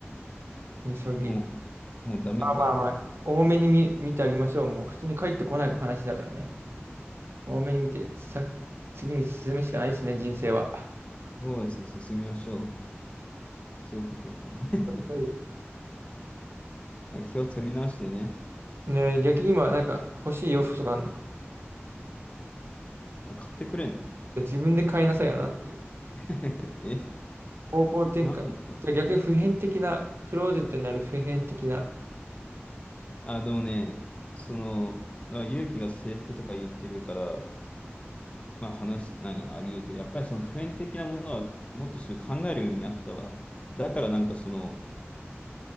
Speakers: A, on the right (about 60°); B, on the left (about 25°).
A: みそぎ。
B: もう、もうダメか、
A: まあまあまあ、
B: もう。
A: 多めに見、見てあげましょう。もう普通に帰ってこない話だからね。多めに見て、さ、次に進むしかないですね、人生は。
B: そうですね、進みましょう。そういうこともね。
A: はい
B: <laughs> まあ、気を取り直してね。
A: ねえ、逆に今、なんか欲しい洋服とかあるの
B: あ、買ってくれんの
A: 自分で買いなさいよなっていう。
B: <laughs> え、
A: 方向転換。
B: なんだろう。
A: じゃあ逆に普遍的な、クローゼットになる普遍的な、
B: あ、でもね、その、まあ、勇気が制服とか言ってるから、まあ話、何があり得るけど、やっぱりその普遍的なものはもっとそういう考えるようになったわ。だからなんかその、